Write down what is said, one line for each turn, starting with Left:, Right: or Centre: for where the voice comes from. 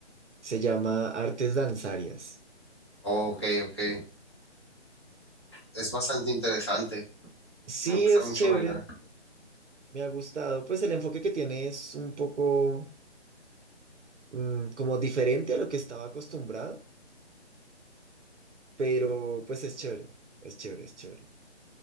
Right: Se llama Artes Danzarias.
Left: Ok, ok, es bastante interesante.
Right: Sí,
Left: Me gusta
Right: es
Left: mucho
Right: chévere,
Left: bailar.
Right: me ha gustado. Pues el enfoque que tiene es un poco mm, como diferente a lo que estaba acostumbrado, pero pues es chévere, es chévere, es chévere.